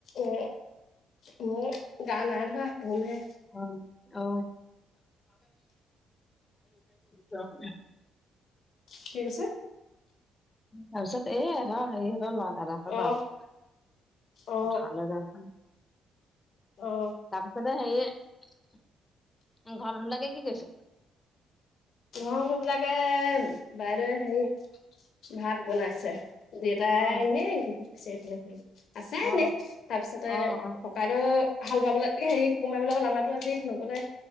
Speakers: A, on the left; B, on the left.
A: এ ইয়ে গা নাই ধোৱা ধোমহে
B: অ অ <unintelligible>
A: কি কৈছে?
B: তাৰপিছত এই হেত সেই হ লৰা দাদাহঁতৰ
A: অ
B: লৰা,
A: অ
B: পথাৰলৈ যায় শন
A: অ
B: তাৰপিছতে সেইয়ে ঘৰৰ মানুহবিলাকে কি কৰিছে?
A: ঘৰ মানুহ বিলাকে বাইদেৱে হেৰি ভাত বনাইছে। দেউতাই
B: অ
A: এনে ঘূৰি ফুৰিছে এফালে সেইফালে আছে
B: অ
A: এনেই তাৰপিছতে
B: অ অ
A: কাইদেউ হাল বাবলৈ হেৰি কোৰমাৰিবলৈ গ'ল আমাৰটো আজি নগ'লে।